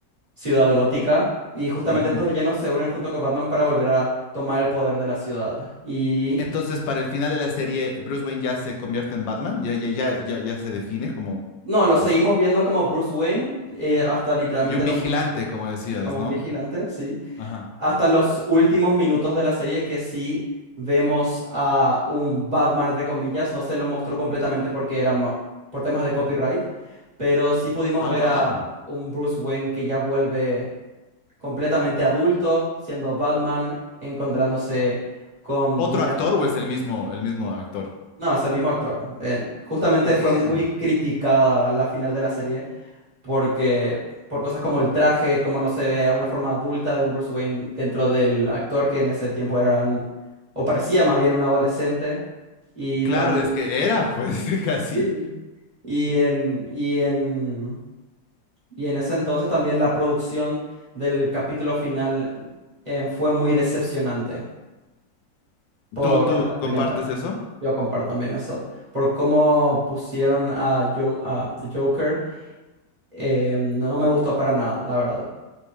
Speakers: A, on the right (about 25°); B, on the left (about 85°).
A: Ciudad Gótica. Y justamente
B: Ujú.
A: estos villanos se unen junto con Batman para volver a tomar el poder de la ciudad. Y
B: Entonces, para el final de la serie, Bruce Wayne ya se convierte en Batman. Ya, ya, ya, ya, ya se define como
A: no, lo
B: eso.
A: seguimos viendo como Bruce Wayne, eh, hasta literalmente
B: Y un
A: los,
B: vigilante, como decías,
A: como
B: ¿no?
A: un vigilante, sí.
B: Ajá.
A: hasta los últimos minutos de la serie que sí vemos a un Batman, entre comillas. No se lo mostró completamente porque era ma- por temas de copyright, pero sí pudimos
B: Ah,
A: ver
B: wow.
A: a un Bruce Wayne que ya vuelve completamente adulto, siendo Batman, encontrándose con
B: ¿Otro
A: villanos.
B: actor o es el mismo, el mismo actor?
A: No, es el mismo actor. Eh, justamente
B: Damn.
A: fue muy criticada la final de la serie porque por cosas como el traje, como no se ve una forma adulta de un Bruce Wayne dentro del actor que en ese tiempo era un- o parecía más bien un adolescente y
B: Claro,
A: también
B: es que era, pues, <laughs> casi.
A: sí. Y en y en y en ese entonces también la producción del capítulo final eh, fue muy decepcionante por
B: ¿Tú, tú
A: opinión
B: compartes
A: de la gente.
B: eso?
A: Yo comparto también eso, por cómo pusieron a, Jo- a The Joker, eh, no no me gustó para nada, la verdad.